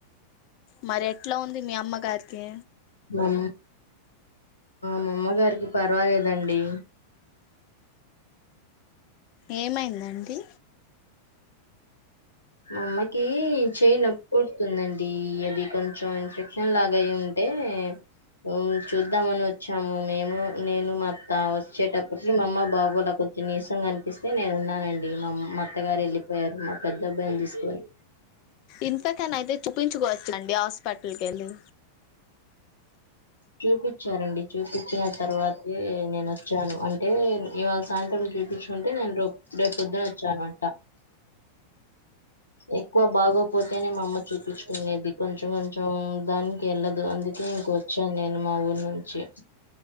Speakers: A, on the left (about 40°); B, on the left (about 75°).
A: మరి ఎట్లా ఉంది మీ అమ్మ గారికి
B: <inaudible> ఆ మా అమ్మగారికి పర్వాలేదండి
A: ఏమైందండి
B: మా అమ్మకి చేయి నొప్పు కొడుతుందండి అది కొంచెం ఇన్ఫెక్షన్ లాగయి ఉంటే ఉమ్ చూద్దామని వచ్చాము మేము నేను మా అత్త వచ్చేటప్పటికి మా అమ్మ బాగోలా కొంచెం నీసంగా అనిపిస్తే నేను ఉన్నానండి మా అత్తగారు వెళ్ళిపోయారు మా పల్ డబ్బాైలు తీసుకోని
A: ఇంతకేనా అయితే చూపించుకోవచ్ఛండి హాస్పిటల్ కెళ్ళి
B: చూపిచ్చారండి చూపిచ్చిన తర్వాతే నేను వచ్చాను అంటే ఇవాళ సాయంత్రం చూపిచ్చుకుంటే నేను రో రేపొద్దున వచ్చానంట ఎక్కువ బాగోపోతేనే మా అమ్మ చూపిచ్చుకునేది కొంచెం కొంచెం దానికి యెళ్ళదు అందుకే ఇంక వచ్చాను నేను మా ఊరు నుంచి